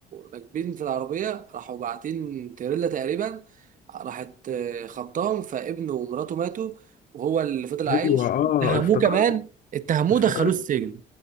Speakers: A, on the right; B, on the left.
A: راكبين في العربيه راحوا باعتين تريلا تقريبا راحت آه، خبطاهم فابنه ومراته ماتوا وهو اللي فضل عايش
B: ايوه اه
A: واتهموه
B: افتكرت
A: كمان اتهموه
B: افتكرت
A: دخلوه السجن